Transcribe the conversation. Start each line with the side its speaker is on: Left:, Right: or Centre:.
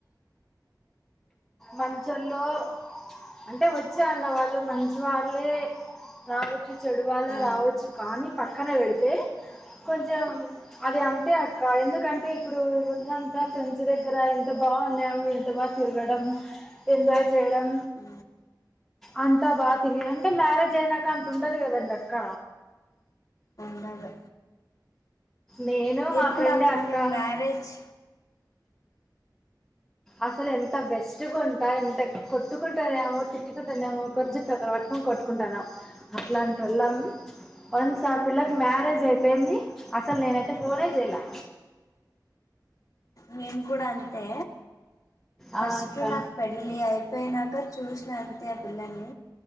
Centre: మంచోళ్ళో అంటే వచ్చే అన్న వాళ్ళు మంచి వాళ్ళే రావచ్చు చెడు వాళ్లే
Left: ఆ
Centre: రావచ్చు కానీ పక్కన పెడితే కొంచెం అది అంతే అక్క ఎందుకంటే ఇప్పుడు ఉందంత ఫ్రెండ్స్ దగ్గర ఎంత బాగున్నాము ఎంత వా తిరగడం ఎంజాయ్ చేయడం
Left: అ
Centre: అంతా బాగా తిరిగేది అంటే మ్యారేజ్ అయినాక అంత ఉండదు కదండి అక్క
Left: ఉండదు
Centre: నేను
Left: ఎప్పుడుక్క
Centre: మా ఫ్రెండే అక్క
Left: మీ మ్యారేజ్
Centre: అసలు ఎంత బెస్ట్గా ఉంటా ఎంత కొట్టుకుంటనేమో తిట్టుకుంటునేమో కొర్చుట్ దాకా కొట్టుకుంటాన్నాం అట్లాంటోళ్ళం వన్స్ ఆ పిల్లకి మ్యారేజ్ అయిపోయింది అసలు నేనయితే ఫోనే చేయాలా
Left: మేము కూడా అంతే ఫస్ట్
Centre: ఆ అక్క
Left: నాకు పెళ్ళి అయిపోయినాక చూసినాను ఆ పిల్లని